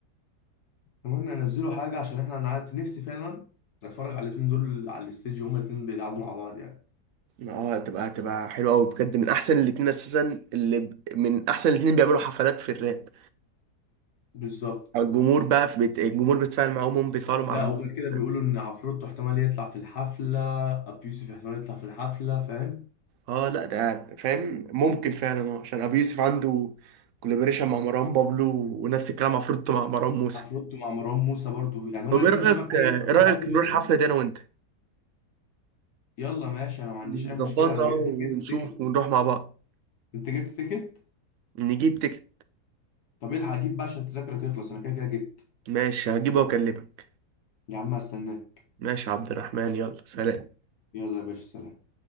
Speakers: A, on the left (about 75°); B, on the right (about 65°).
A: اتمنى ينزلوا حاجه عشان احنا انا عارف نفسي فعلا اتفرج على الاتنين دول على الستيج وهما الاتنين بيلعبوا مع بعض يعني
B: اه هتبقى هتبقى حلوه قوي بجد من احسن الاتنين اساسا اللي ب- من احسن الاتنين بيعملوا حفلات في الراب
A: بالظبط
B: الجمهور بقى في بيت... الجمهور بيتفاعل معاهم هم بيتفاعلوا مع
A: لا
B: الجمهور
A: وغير كده بيقولوا
B: فاهم؟
A: ان عفروتو احتمال يطلع في الحفله ابي يوسف احتمال يطلع في الحفله فاهم
B: اه لا ده فاهم ممكن فعلا اه عشان ابو يوسف عنده كولابوريشن مع مروان بابلو ونفس الكلام مع فروتو مع مروان موسى
A: عفروتو مع مروان موسى برضو يعني هما
B: طب
A: الاتنين
B: ايه رأيك
A: غالبا
B: ايه
A: اي حفله
B: رأيك
A: حد فيهم
B: نروح الحفلة دي انا وانت
A: يلا ماشي انا ما عنديش
B: نظبطها
A: اي مشكله انا جاي
B: ونشوف
A: كده جبت التيكت
B: ونروح مع بعض
A: انت جبت تيكت
B: نجيب تيكت
A: طب الحق اجيب بقى عشان التذاكر هتخلص انا كده كده جبت
B: ماشي هجيبه واكلمك
A: يا عم استناك
B: ماشي يا عبد الرحمن يلا سلام
A: يلا يا باشا سلام